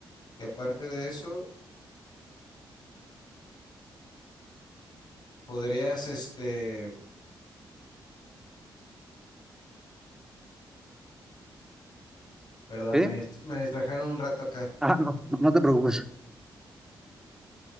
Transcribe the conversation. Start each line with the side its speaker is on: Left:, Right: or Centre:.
Left: que aparte de eso, podrías, este, perdón,
Centre: ¿Sí?
Left: me, dist- me distrajeron un rato acá.
Centre: Ah, no, no no te preocupes.